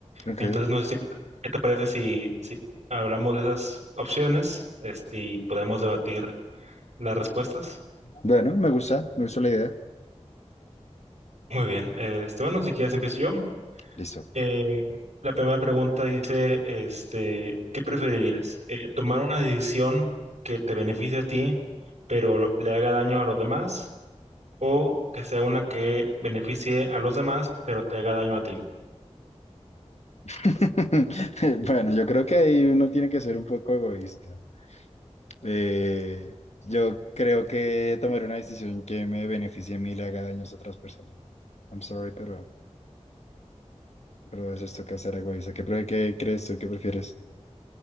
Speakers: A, on the left; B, on the right.
A: Ok.
B: Entonces, no sé si, ¿qué te parece si, si hablamos de esas opciones este, y podemos debatir las respuestas?
A: Bueno, me gusta, me gusta la idea.
B: Muy bien, eh, este, bueno, si quieres empiezo yo.
A: Listo.
B: Eh, la primera pregunta dice, este, ¿qué preferirías? Eh, ¿tomar una decisión que te beneficie a ti, pero le haga daño a los demás? ¿O que sea una que beneficie a los demás, pero te haga daño a ti?
A: <laughs> Bueno, yo creo que ahí uno tiene que ser un poco egoísta. Eh, yo creo que tomar una decisión que me beneficie a mí y le haga daños a otras personas. I'm sorry, pero, pero es esto que hacer egoísta. ¿Qué, pre- qué crees tú? ¿Qué prefieres?